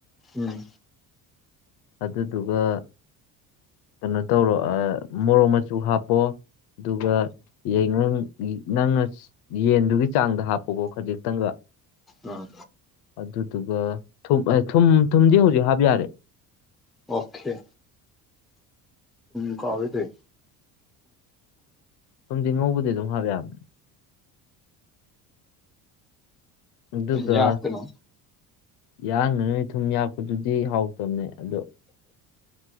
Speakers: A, in the centre; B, on the left.
A: ꯎꯝ
B: ꯑꯗꯨꯗꯨꯒ ꯀꯩꯅꯣ ꯇꯧꯔꯣ ꯃꯣꯔꯣꯛ ꯃꯆꯨ ꯍꯥꯞꯄꯣ ꯑꯗꯨꯒ ꯌꯥꯏꯉꯪ ꯅꯪꯅ ꯌꯦꯟꯗꯨꯒꯤ ꯆꯥꯡꯗ ꯍꯥꯞꯄꯀꯣ ꯈꯖꯤꯛꯇꯪꯒ
A: ꯑꯥ
B: ꯑꯗꯨꯗꯨꯒꯥ ꯊꯨꯝ ꯊꯨꯝ ꯊꯨꯝꯗꯤ ꯍꯧꯖꯤꯛ ꯍꯥꯞ ꯌꯥꯔꯦ
A: ꯑꯣ ꯈꯦ ꯀꯥꯎꯔꯦ ꯇꯦ
B: ꯊꯨꯝꯗꯤ ꯉꯧꯕꯗꯤꯒꯤ ꯑꯗꯨꯝ ꯍꯥꯞ ꯌꯥꯕꯅꯤ ꯑꯗꯨꯒ
A: ꯑꯩꯅ ꯌꯥꯛꯇꯅ
B: ꯌꯥꯍꯥꯟꯒꯅꯨꯍꯦ ꯊꯨꯝ ꯌꯥꯛꯄꯗꯨꯗꯤ ꯍꯥꯎꯇꯕꯅꯦ ꯑꯗꯣ